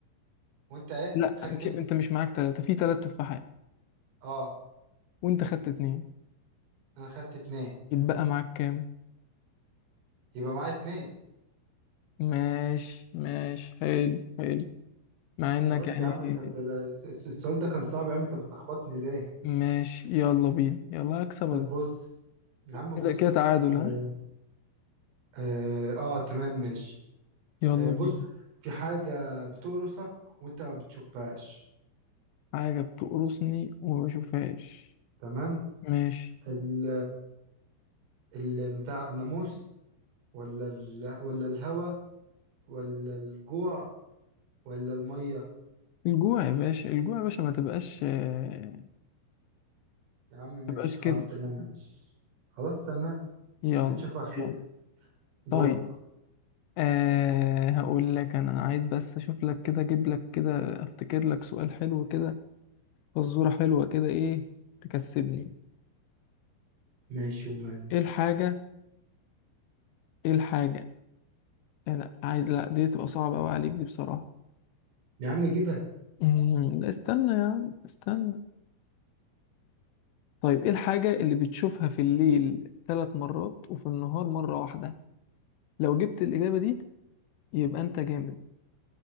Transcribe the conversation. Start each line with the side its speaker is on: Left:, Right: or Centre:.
Right: وأنت إيه
Left: لا
Right: خدت
Left: مش
Right: م-
Left: انت مش معاك تلاتة في تلات تفاحات
Right: أه
Left: وانت خدت اتنين
Right: أنا خدت اتنين
Left: يتبقى معاك كام
Right: يبقى معايا اتنين
Left: ماشي ماشي حلو حلو مع انك
Right: خلاص
Left: يعني
Right: يا عم انت ده ده الس- الس- السؤال ده كان صعب يا عم انت بتلخبطني ليه
Left: ماشي يلا بينا يلا هكسبك
Right: طب بص
Left: بقى.
Right: يا عم
Left: كده
Right: بص
Left: كده تعادل
Right: اه,
Left: ها
Right: آه, اه تمام ماشي
Left: يلا
Right: آه بص
Left: بينا
Right: في حاجة بتقرصك وانت ما بتشوفهاش
Left: حاجة بتقرصني وما بشوفهاش
Right: تمام
Left: ماشي
Right: ال ال بتاع الناموس ولا ال ولا الهوا ولا الجوع ولا المية
Left: الجوع يا باشا الجوع يا باشا ما تبقاش آه،
Right: يا عم
Left: ما
Right: ماشي
Left: تبقاش كده
Right: خلاص تمام ماشي خلاص تمام
Left: يلا
Right: هنشوف اخرتها
Left: يلا
Right: دورك
Left: طيب أه هقول لك انا عايز بس اشوف لك كده اجيب لك كده افتكر لك سؤال حلو كده فزوره حلوه كده ايه تكسبني
Right: ماشي ومان
Left: ايه الحاجه ايه الحاجه آه، لا عايز لا دي تبقى صعبه قوي عليك دي بصراحه
Right: يا عم جيبها
Left: أمم، لا استنى يا عم استنى طيب ايه الحاجه اللي بتشوفها في الليل ثلاث مرات وفي النهار مره واحده لو جبت الاجابه دي يبقى انت جامد